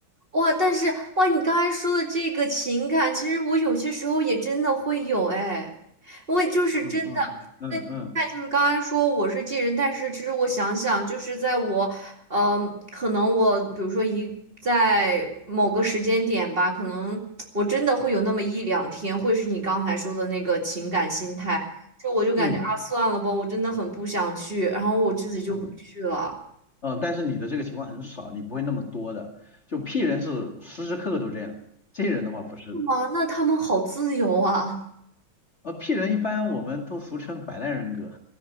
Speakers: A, on the right (about 30°); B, on the left (about 35°).
A: 哇，但是哇，你刚才说的这个情感，其实我有些时候也真的会有哎，我也就是真的。
B: 嗯嗯嗯嗯
A: 那你看，就是刚才说我是 J 人，但是其实我想想，就是在我，嗯、可能我比如说一在某个时间点吧，可能我真的会有那么一两天，会是你刚才说的那个情感心态，就我就感觉啊，
B: 嗯
A: 算了吧，我真的很不想去，然后我自己就不去了。
B: 嗯嗯，但是你的这个情况很少，你不会那么多的。就 P 人是时时刻刻都这样，J 人的话不是的。
A: 是吗？那他们好自由啊。
B: 呃，P 人一般我们都俗称摆烂人格，